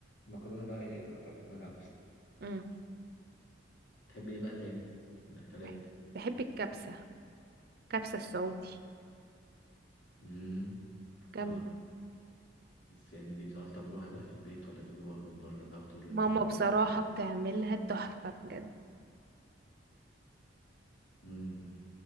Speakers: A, on the left (about 65°); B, on the right (about 50°).
A: المكرونه بقى هي تعتمد على نفسها
B: امم
A: تحب ايه بقى تاني من الاكلات
B: بحب بحب الكبسة كبسة السعودي
A: امم
B: جامدة
A: اه بس يعني دي بتعرف تعملوها بقى في البيت ولا بتجيبوها من بره بقى وتقولوا
B: ماما
A: انتوا اللي عاملينها
B: بصراحة
A: وكده
B: بتعملها تحفة بجد
A: امم